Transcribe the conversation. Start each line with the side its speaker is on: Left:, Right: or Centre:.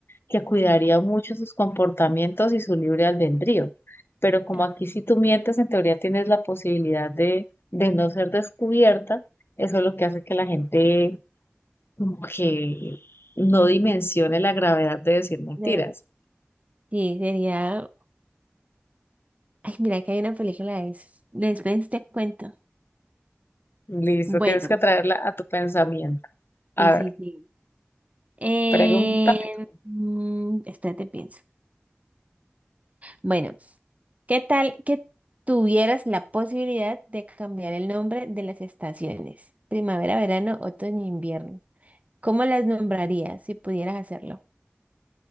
Left: que cuidaría mucho sus comportamientos y su libre albedrío. Pero como
Right: Ah,
Left: aquí si tú mientes, en teoría tienes la posibilidad de, de no ser descubierta, eso es lo que hace que la gente como que no dimensione la gravedad de decir mentiras.
Right: de- sí, sería... Ay, mira que hay una película de eso. Después te cuento.
Left: Listo,
Right: Bueno,
Left: tienes que traerla a tu pensamiento. A
Right: sí, sí,
Left: ver,
Right: sí. Eh,
Left: pregúntame tú.
Right: mm, espérate, pienso. Bueno, ¿qué tal que tuvieras la posibilidad de cambiar el nombre de las estaciones? Primavera, verano, otoño, invierno. ¿Cómo las nombrarías si pudieras hacerlo?